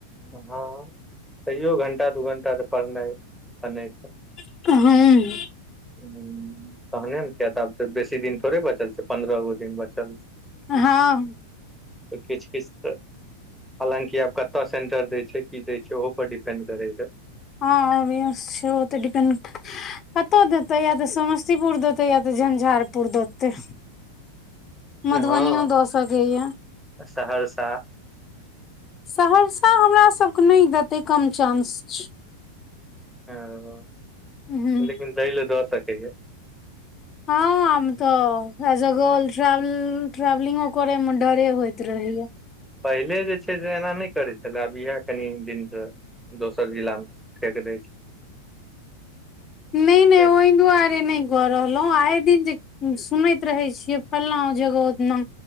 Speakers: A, in the centre; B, on the left (about 30°).
A: हँ तैयो घण्टा दू घण्टा तऽ पढ़नाइ आ नहि छल
B: हूं
A: हू तहने न तिया तऽ बेसी दिन थोड़े बचल छै पंन्द्रहो दिन बचल छै
B: हँ
A: किछ किछ तऽ हालाँकि आब कतऽ सेंटर दै छै की दै छै ओहो पर डिपेंड करै छै
B: हँ <unintelligible> छै ओ तऽ डिपेन्ड कतौ देतै या तऽ समस्तीपुर देतै या तऽ झंझारपुर देतै मधुबनीयो
A: हँ
B: दऽ सकैया
A: सहरसा
B: सहरसा हमरा सभकेँ नहि देतै कम चांस छै
A: ओ
B: हूं
A: लेकिन दैलए दऽ सकैया
B: हँ हम तऽ रजगौल ट्रव ट्रेवलिंगो करे मे डरे होइत रहेया
A: पहिले जे छै से एना नहि करै छलै अब इएह कनि दिनस दोसर जिला मे फेक दय छै
B: नहि
A: छै
B: नहि ओहि दुआरे नहि गऽ रहलहुँ आइ दिन जे सुनैत रहै छियै फल्ना जगह ओना